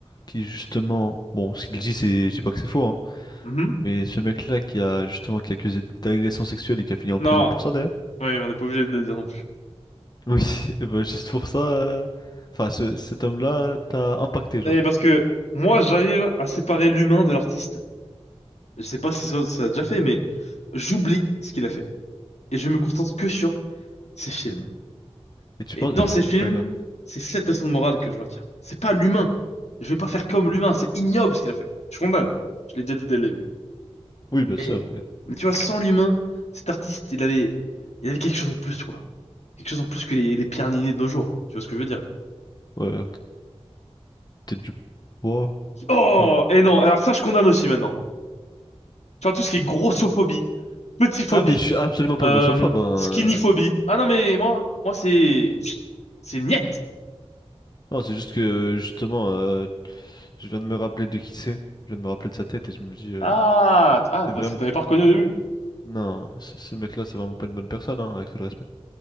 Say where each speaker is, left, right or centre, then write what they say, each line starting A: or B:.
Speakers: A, on the left; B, on the left.
A: qui justement... Bon, ce qu'il dit, c'est... Je dis pas que c'est faux, hein.
B: Mhm.
A: Mais ce mec-là qui a justement qui est accusé d'agression sexuelle et qui a fini en
B: Non,
A: prison pour ça, d'ailleurs.
B: ouais, on n'est pas obligé de le dire non plus.
A: Oui, <laughs> et ben juste pour ça, euh, enfin ce- cet homme-là t'a impacté genre.
B: Et parce que moi j'arrive à séparer l'humain de l'artiste. Je sais pas si ça, ça a déjà fait, mais j'oublie ce qu'il a fait et je me concentre que sur ses films.
A: Et tu
B: Et
A: penses,
B: dans ces
A: <laughs>
B: films,
A: d'accord.
B: c'est cette leçon de morale que je retiens. C'est pas l'humain. Je vais pas faire comme l'humain. C'est ignoble ce qu'il a fait. Je condamne. Je l'ai déjà dit dès le début.
A: Oui,
B: Mais,
A: bien sûr, mais
B: mais tu vois, sans l'humain, cet artiste, il avait, il avait quelque chose en plus, quoi. Quelque chose en plus que les, les Pierre Niney de nos jours. Tu vois ce que je veux dire?
A: ouais, peut-être du poids.
B: Oh!
A: non.
B: Et non. Alors ça, je condamne aussi maintenant. Tu vois, tout ce qui est grossophobie, petitphobie,
A: Ah mais je suis absolument pas
B: euh,
A: grossophobe. hein.
B: skinnyphobie. Ah non, mais moi, moi, c'est, c'est niette.
A: Non, c'est juste que justement, euh, je viens de me rappeler de qui c'est. Je viens de me rappeler de sa tête et je me dis, euh,
B: Ah, t- ah,
A: c'est vraiment,
B: parce que t'avais pas reconnu au début.
A: non, ce ce mec-là, c'est vraiment pas une bonne personne, hein, avec tout le respect.